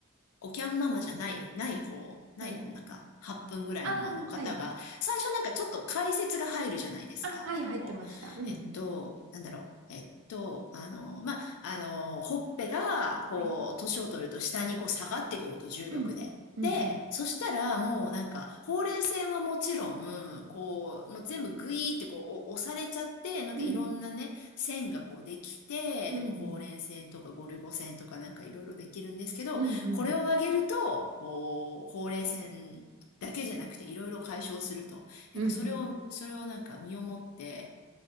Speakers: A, on the left (about 85°); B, on the right (about 60°).
A: おきゃんママじゃない、ない方、ない方の中、
B: はい。
A: 8分ぐらいのあの方が、
B: あー、はい。
A: 最初なんかちょっと解説が入るじゃないですか。
B: あ、はい、
A: なんかこう、
B: 入ってました。うんうん。
A: えっと、なんだろう。えっと、あの、まあ、あの、ほっぺが、こう、
B: はい。
A: 年を取ると下にこう下がってくると重力で。
B: うん。うんうん。
A: で、そしたらもうなんか、ほうれい線はもちろん、こう、もう全部グイーってこうお押されちゃって、なんかいろんなね、
B: うん。
A: 線がこうできて、
B: うんうん。
A: でもほうれい線とかゴルゴ線とかなんかいろいろできるんですけど、
B: うんうん。
A: これをあげると、こう、ほうれい線だけじゃなくていろいろ解消すると。
B: うんうん。
A: なんかそれを、それをなんか身をもって、